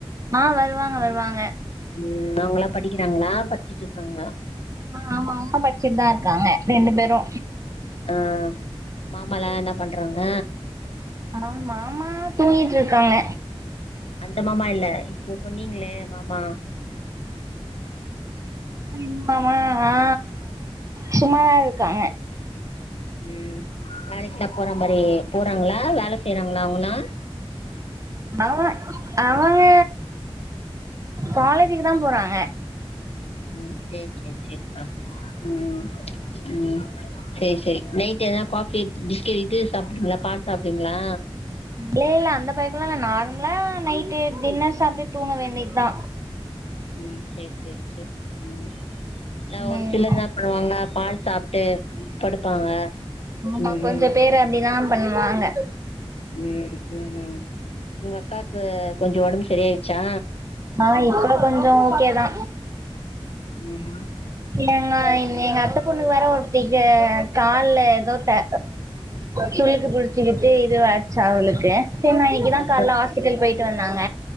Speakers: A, on the right (about 30°); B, on the left (about 80°).
A: ஆ வருவாங்க வருவாங்க
B: ம் அவங்களாம் படிக்கிறாங்களா படிச்சுட் இருக்காங்களா
A: ஆமா ஆமா படிச்சிட்தா இருக்காங்க ரெண்டு பேரு
B: ஆ மாமால்லா என்னா பண்றாங்க
A: ஆ மாமா தூங்கிட்டிருக்காங்க
B: அந்த மாமா இல்ல இப்போ சொன்னீங்ளே மாமா
A: இப்ப மா ஆ சும்மாதா இருக்காங்க
B: ம் வேலைக்குல்லா போற மாரி போறாங்ளா வேல செய்றாங்ளா அவுங்களா
A: அவ அவங்க காலேஜுக்கு தா போறாங்க
B: ம் சேர் சேர் சேர்ப்பா ம் ம் சேரி சேரி நைட் எதா காஃபி பிஸ்கெட் இது சாப்பிடுவிங்ளா பால் சாப்டுவிங்ளா
A: இ இல்ல அந்த பழோக்கலால நார்மலா நைட்டு டின்னர் சாப்ட்டு தூங்க வேண்டிய தா
B: ம் சேரி சேரி சேரி ம் ஒரு
A: ம்.
B: சிலர் எனா பண்ணுவாங்க பால் சாப் ட்டு படுப்பாங்க
A: ஆமா
B: ம்
A: கொஞ்ச பேர் அப்டிதா பண்வாங்க
B: ம் ம் ம் உங்க அக்காக்கு கொஞ்சோ ஒடம்பு சரியாயிரிச்சா
A: ஆ இப்ப கொஞ்சொ ஓகே தா
B: ம்
A: ஏங்க
B: ம்
A: இங்க எங்க அத்த பொண்ணுக்கு வேர ஒருத்திக்கு கால்ல எதோ பெ சுளுக்கு புடுச்சுக்கிட்டு இது வே இன்னைக்குதா
B: ஆ
A: கால்ல ஹாஸ்பிட்டல் போயிட்டு வந்தாங்க